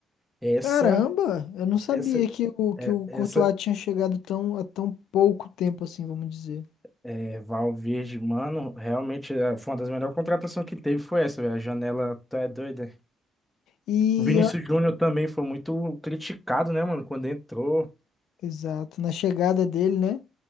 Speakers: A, in the centre; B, on the left.
A: Essa,
B: Caramba, eu não sabia
A: essa,
B: que o, que
A: é-
B: o
A: essa
B: Courtois tinha chegado tão, há tão pouco tempo assim, vamos dizer.
A: é, Valverde, mano, realmente é, foi uma das melhores contratações que teve, foi essa, velho. A janela, tu é doida.
B: E
A: O Vinícius Júnior também foi muito criticado, né, mano, quando entrou.
B: Exato. Na chegada dele, né?